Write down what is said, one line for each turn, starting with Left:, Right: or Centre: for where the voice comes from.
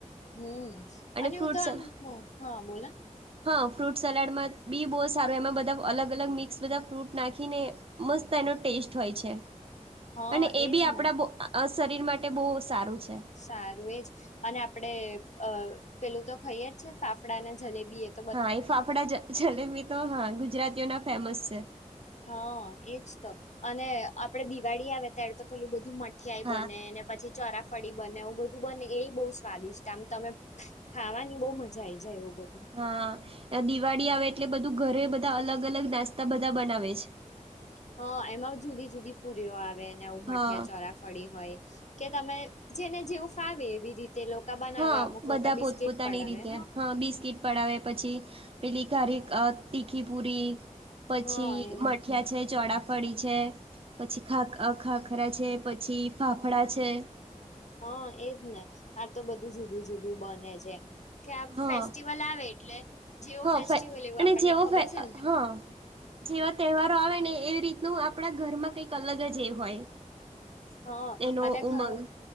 Left: હમ્મ, અને
Right: ફ્રૂટ
Left: હું તો આમ
Right: સલા
Left: હા હ બોલોન.
Right: હા ફ્રૂટ સલાડમાં બી બહુ સારો એમાં બધા અલગ અલગ મિક્સ બધા ફ્રૂટ નાખીને મસ્ત એનો ટેસ્ટ હોય છે,
Left: હા
Right: અને એ
Left: એજ
Right: બી આપડા
Left: ને
Right: બો અ શરીર માટે બઉ સારું છે.
Left: સારું એજ અને આપડે અ પેલું તો ખાઈએ જ છે ફાફડા અને જલેબી એક
Right: હા એ ફાફડા જલેબી તો હા ગુજરાતીઓ ના ફેમસ છે.
Left: હા એજ તો અને આપડે દિવાળી આવે ત્યારે તો પેલું બધું મ ઠિયાઈ
Right: હા
Left: બને ને પછી ચરાફળી બને એવું બધું બને એ બઉ સ્વાદિષ્ટ આમ તમે ખાવાની બહુ મજા આઈ જાય એવું બધું.
Right: હા દિવાળી આવે એટલે બધું ઘરે બધા અલગ અલગ નાસ્તા બધા બનાવે છે.
Left: હા એમાંઉ જુદી જુદી પુરીઓ આવે ને આવું મઠિયા,
Right: હા
Left: ચોરા ફડી હોય, કે તમે જેને જેવું ફાવે એવી રીતે બનાવે
Right: હ
Left: અમુક
Right: બધા
Left: લોકો બિસ્કીટ
Right: પોત પોતાની
Left: પડાવે
Right: રીતે, હા બિસ્કીટ પડાવે પછી પેલી કારેક તીખી પૂરી, પછી
Left: હા એ
Right: મ મઠિયા છે, ચોડાફળી છે. પછી ખા અ ખાખરા છે, પછી ફાફડા છે.
Left: હા એજ ને આ તો બધું જુદું જુદું બને જ એમ. કે આ
Right: હા
Left: ફેસ્ટિવલ આવે એટલે જેવો
Right: હા
Left: ફેસ્ટિવલ એવું
Right: અને
Left: આપણને
Right: જેવો
Left: ખબર છે ને
Right: હા જેવા તેહવારો આવે ને એવી રીતનું આપણા ઘરમાં કંઈક અલગ જ એ હોય.
Left: હા,
Right: એનો
Left: અને ખ
Right: ઉમંગ
Left: અ